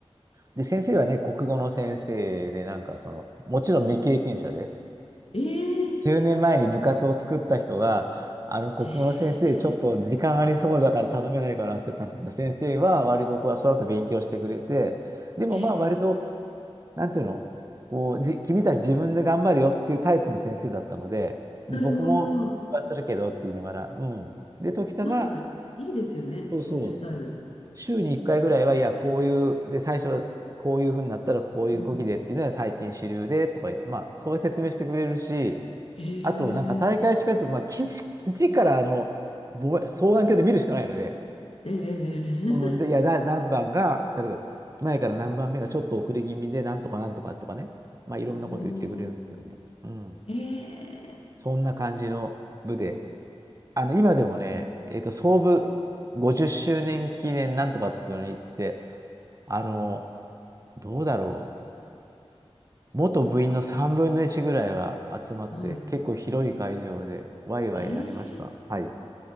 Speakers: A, on the right; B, on the left.
A: で、先生はね、国語の先生で、なんかその、もちろん未経験者で、
B: ええ。
A: 10年前に部活を作った人が、あの、国語の先生、
B: へえ。
A: ちょっと時間ありそうだから頼めないからって頼んだ先生は、割とこう、その後勉強してくれて、でもまあ、
B: へえ
A: 割となんていうの、こう、じ、君たち自分で頑張るよっていうタイプの先生だったので、で、
B: ーなるほど。
A: 僕もはするけどって言いながら、うん。で、時たま、
B: なんかいいですよね。
A: そうそう、
B: そういうスタイル。
A: 週に1回ぐらいは、いや、こういう、で、最初はこういうふうになったらこういうこぎでっていうのは最近主流でとか言って、
B: うん。
A: まあ、そういう説明してくれるし、
B: へえ。
A: あと、なんか大会近いと、まあ、き基地からあの、望遠鏡で見るしかないので、
B: ええ。
A: うん、で、
B: <laughs>
A: いや、だ、何番が、例えば、前から何番目がちょっと遅れ気味で、なんとかなんとかとかね。まあ、いろんなこと言ってくれるんですけどね。
B: おお。
A: うん。
B: へえ。
A: そんな感じの部で。あの、今でもね、えっと、創部50周年記念なんとかっていうのに行って、あの、どうだろう。元部員の3分の1ぐらいは集まって、
B: はい。
A: 結構広い会場で、ワイワイやりました。
B: ええ。
A: はい。